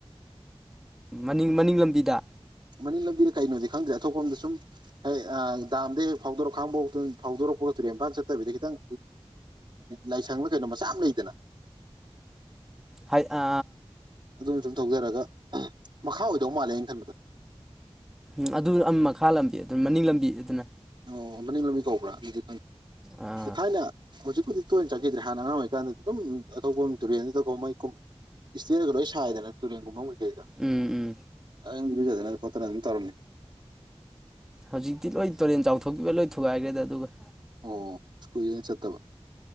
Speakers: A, in the centre; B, on the right (about 50°).
A: ꯃꯅꯤꯡ ꯃꯅꯤꯡ ꯂꯝꯕꯤꯗ
B: ꯃꯅꯤꯡ ꯂꯝꯕꯤꯗ ꯀꯩꯅꯣꯗꯤ ꯈꯪꯗ꯭ꯔꯦ ꯑꯇꯣꯞꯄꯝꯗ ꯁꯨꯝ ꯍꯣꯏ ꯗꯥꯝꯗꯤ ꯍꯦꯛ ꯐꯥꯎꯗꯣꯔ ꯈꯥꯡꯕꯥꯎ ꯐꯥꯎꯗꯣꯔꯛꯄꯒ ꯇꯨꯔꯦꯟ ꯏꯝꯐꯥꯜ ꯆꯠꯇꯕꯤꯗ ꯈꯤꯇꯪ ꯂꯥꯏꯁꯪꯅ ꯀꯩꯅꯣ ꯃꯆꯥ ꯑꯃ ꯂꯩꯗꯅ
A: ꯍ ꯑ
B: ꯑꯗꯨꯝ ꯁꯨꯝ ꯊꯧꯖꯔꯒ ꯃꯈꯥ ꯑꯣꯏꯗꯧ ꯃꯥꯜꯂꯦꯩꯅ ꯈꯟꯕꯗ
A: ꯎꯝ ꯑꯗꯨ ꯃꯈꯥ ꯂꯝꯕꯤ ꯑꯗꯨꯅ ꯃꯅꯤꯡ ꯂꯝꯕꯤ ꯑꯗꯨꯅ
B: ꯑꯣ ꯃꯅ ꯂꯕꯤ ꯀꯧꯕ꯭ꯔꯥ ꯑꯗꯨꯗꯤ
A: ꯑꯥ
B: ꯊꯥꯏꯅ ꯍꯧꯖꯤꯛꯄꯨꯗꯤ ꯇꯣꯏꯅ ꯆꯠꯈꯤꯗ꯭ꯔꯦ ꯍꯥꯟꯅ ꯑꯉꯥꯡ ꯑꯣꯏꯔꯤꯀꯥꯟꯗꯗꯤ ꯑꯗꯨꯝ ꯑꯇꯣꯞꯄ ꯇꯨꯔꯦꯟꯗꯨꯗ ꯀꯨꯝ ꯃꯩ ꯀꯨꯝ ꯏꯁꯇꯔꯒ ꯂꯣꯏ ꯁꯥꯏꯗꯅ ꯇꯨꯔꯦꯟꯒꯨꯝꯕꯐꯝ ꯀꯩꯀꯩꯗ
A: ꯎꯝ ꯎꯝ
B: ꯑꯩ ꯌꯨꯖꯗꯅ ꯈꯣꯠꯇꯅ ꯑꯗꯨꯝ ꯇꯧꯔꯝꯃꯤ
A: ꯍꯧꯖꯤꯛꯇꯤ ꯂꯣꯏ ꯇꯨꯔꯦꯟ ꯆꯥꯎꯊꯣꯛꯈꯤꯕ ꯂꯣꯏ ꯊꯨꯒꯥꯏꯈ꯭ꯔꯦꯗ ꯑꯗꯨꯒ
B: ꯑꯣ ꯁ꯭ꯀꯨꯏꯅ ꯆꯠꯇꯕ